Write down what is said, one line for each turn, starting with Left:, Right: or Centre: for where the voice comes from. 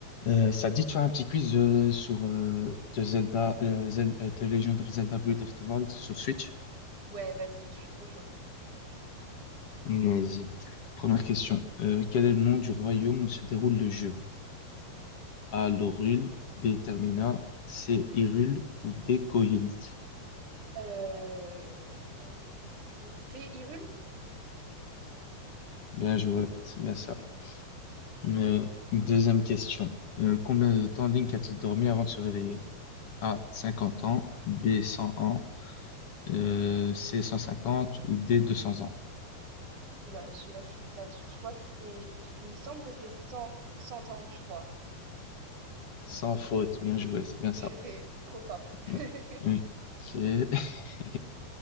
Left: Euh, ça te dit de faire un petit quiz euh, sur euh, The Zelda, euh, Zel- euh, The Legend of Zelda Breath of the Wild sur Switch?
Right: Ouais, vas-y, je suis trop chaud.
Left: Vas-y. Première question. Euh, quel est le nom du royaume où se déroule le jeu? A. Lorul, B. Termina, C. Hyrule ou D. Koholint?
Right: Euh... A, B, C, C, Hyrule?
Left: Bien joué, c'est bien
Right: <laughs>
Left: ça. Euh, deuxième question. Euh, combien de temps Link a-t-il dormi avant de se réveiller? A. 50 ans, B. 100 ans, euh, C. 150 ou D. 200 ans?
Right: Oula, celui-là, je suis pas sûre. Je crois que c'est. Il me semble que c'est cent cent ans, je crois.
Left: Sans faute, bien joué, c'est bien ça.
Right: Purée, trop forte. <laughs>
Left: Ouais.
Right: Je
Left: Ok. <laughs>